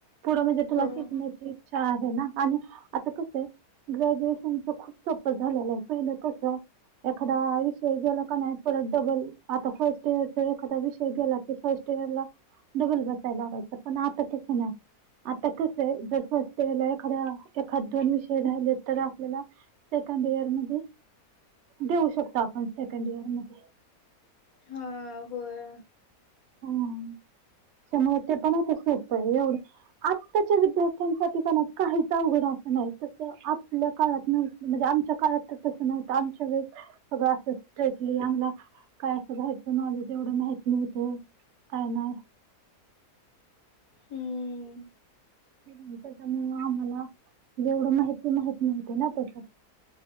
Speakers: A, on the right (about 60°); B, on the left (about 65°).
A: पुढं म्हणजे तुला
B: होय
A: शिकण्याची इच्छा आहे ना, आणि आता कस आहे. ग्रॅज्युएशनच खूप सोपं झालेलं आहे, पहिलं कस एखादा आयुष ते गेलं का नाही परत डबल आता फर्स्ट इ एखादा विषय गेला की फास्टईयर, डबल बसायला लागयचं पण आता तस नाही. आ त कसे जस, एखा्या एखाद दोन विषय राले तर आपल्याला सेकंड इयर मध्ये जाऊ शकतो, आपण सेकंड इयर मध्ये.
B: हा होय.
A: हम! त्यामुळे ते पण सोपं एवढं आत्ताच्या विद्यार्थ्यांसाठी का नाही काहीच अवघड स आपल्या काळात म्हणजे, आमच्या काळात तस नव्हतं आमच्या वेळी सळं स्ट्रेटली आमला काय असं व्हायचं नॉलेज एवढं माहत नव्हतं. काय नाय.
B: हम्म
A: त्याच्यामुळं आम्हाला जेवढं माहिती माहित नव्हते ना त्याच्या